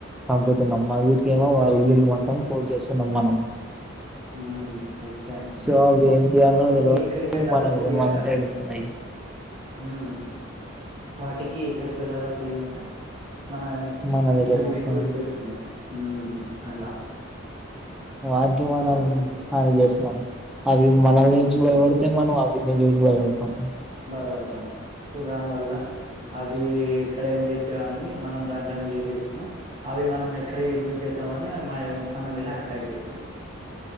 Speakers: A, in the centre; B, on the right.
A: చపుతున్నాం అవి ఏమో వా
B: మ్మ్
A: ఇల్లులు మాత్రం కూల్చేస్ కున్న మనం
B: హ్మ్ ఎగ్జాక్ట్లీ
A: సో అవి ఏం చేయాలో
B: వాటికి
A: తెలవక
B: ఎక్కడికి వెళ్ళాలో
A: మన
B: తెలియక
A: మన సైడ్ వస్తున్నాయి
B: హ్మ్ వాటికి ఎక్కడికి వెళ్ళాలో తెలియక మన
A: మన దగ్గరకు
B: ఇటు
A: వస్తున్నాయి
B: దక్కు వచ్చేస్తున్నాయి హ్మ్ అలా
A: ఆగ్యమానం
B: అందుకే
A: హాని చేస్తున్నం అవి మనల్ని
B: ఉమ్
A: చూసి భయపడితే మనం అవి చూసి బయపడ్తం
B: బాధపడతాం సో దానివల్ల అవి ఎక్కడ ఏం చేస్తాయని మనం దాంట్లోనే ఏసస్తున్నా అవి మనం ఎక్కడ ఏమేం చేసామనివి మ మన మీద అటాక్ చేసాయి